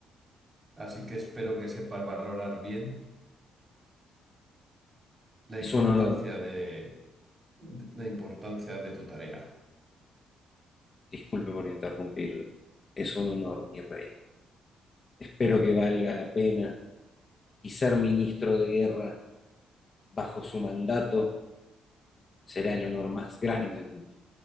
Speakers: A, on the right; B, on the left.
A: Así que espero que sepas valorar bien la
B: Es
A: importancia
B: un honor,
A: de, de- la importancia de tu tarea.
B: disculpe por interrumpirlo, es un honor, mi rey. Espero que valga la pena y ser ministro de guerra bajo su mandato será el honor más grande de mi vida.